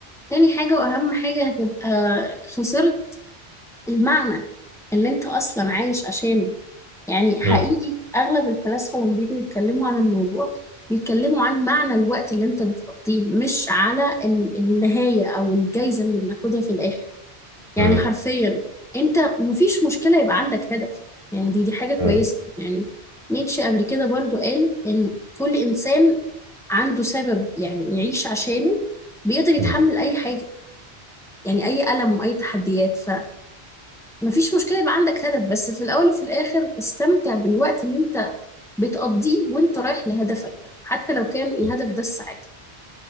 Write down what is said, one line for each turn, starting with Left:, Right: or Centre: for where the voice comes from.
Centre: تاني حاجة وأهم حاجة هتبقى خسرت المعنى اللي انت اصلا عايش عشانه يعني حقيقي
Right: م-
Centre: اغلب الفلاسفه لما بييجوا يتكلموا عن الموضوع بيتكلموا عن معنى الوقت اللي انت بتقضيه مش على ال- النهايه او الجايزه اللي بناخدها في الاخر يعني
Right: م-
Centre: حرفيا انت مفيش مشكله يبقى عندك هدف يعني دي دي حاجه كويسه
Right: م-
Centre: يعني نيتشه قبل كده برضو قال ان كل انسان عنده سبب يعني يعيش عشانه بيقدر يتحمل
Right: م-
Centre: اي حاجه يعني اي الم واي تحديات ف مفيش مشكلة يبقى عندك هدف بس في الأول وفي الآخر استمتع بالوقت اللي أنت بتقضيه وأنت رايح لهدفك ده حتى لو كان الهدف
Right: م.
Centre: ده السعادة